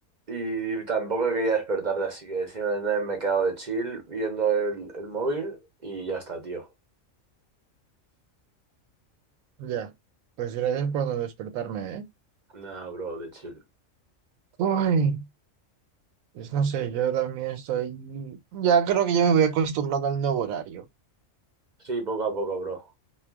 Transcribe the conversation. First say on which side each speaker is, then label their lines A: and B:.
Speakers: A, on the right; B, on the right.
A: Y tampoco quería despertarte, así que simplemente me he quedado de chill viendo el, el móvil y ya está, tío.
B: ya. Pues gracias por despertarme, ¿eh?
A: Nada, bro, de chill.
B: Uy, pues no sé, yo también estoy... Ya creo que ya me voy acostumbrando al nuevo horario.
A: Sí, poco a poco, bro.